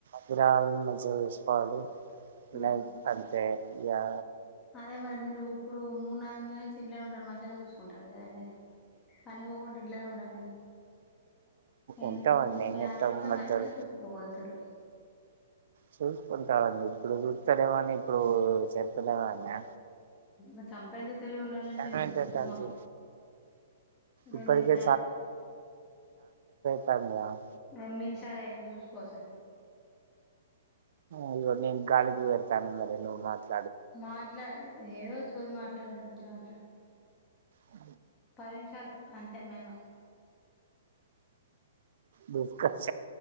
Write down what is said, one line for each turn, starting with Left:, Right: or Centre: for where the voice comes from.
Right: పిల్లలను మంచిగా చూసుకోవాలి
Left: ఉహు.
Right: లేఫ్ అంతే యా
Left: అదే మరి మీరు ఇప్పుడు మూడు నాలుగు నెల నుంచి ఇంట్లోనే ఉంటారు మంచిగానే చూసుకుంటారు కదాని మరి పని పోకుండా ఇంట్లోనే ఉండండి ఇగ ఎందుకు
Right: ఉంటామండి
Left: ఆమె
Right: ఏం చేత్తం
Left: అట్లా ఉంటే
Right: మధ్యలో
Left: మంచినే చూసుకోగలుతారు
Right: చూసుకుంటాము అండి ఇప్పుడు చూస్తారేమోని ఇప్పుడు చె సుస్తాలేవానే
Left: ఆ సంపాదించే తెలివి ఉన్నానంటే
Right: ఏమైతది
Left: అమ్మ రెండు
Right: ఇప్పటికే
Left: నిమిషాలు
Right: సమయం
Left: రెండు నిమిషాలు అయింది చూసుకో ఒకసారి
Right: అయ్యో నేను గాలికి పెడుతాన మరి నువ్వు మాట్లా
Left: మాట్లాడు ఏదో చూది మాట్లాడండి కొంచం అట్లా
Right: ఆ
Left: పది నిమిషాలు అంతే మేము
Right: దుష్కత్